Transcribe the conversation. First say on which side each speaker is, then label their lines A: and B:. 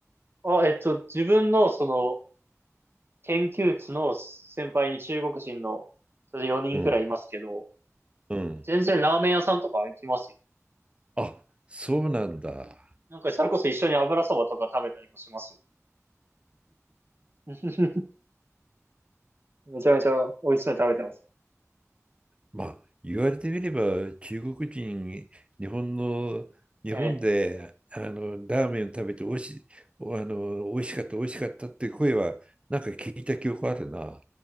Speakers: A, on the right; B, on the right.
A: あ、えっと、自分のその研究室の先輩に中国人のそれ4人くらいいますけど、
B: うん。うん。
A: 全然ラーメン屋さんとか行きますよ。
B: あ、そうなんだ。
A: なんかそれこそ一緒に油そばとか食べたりもします。<laughs> めちゃめちゃ美味しそうに食べてますよ。
B: まあ、言われてみれば、中国人、日本の、日本で、
A: はい。
B: あの、ラーメンを食べておいし、あの、美味しかった、美味しかったっていう声は、なんか聞いた記憶あるな。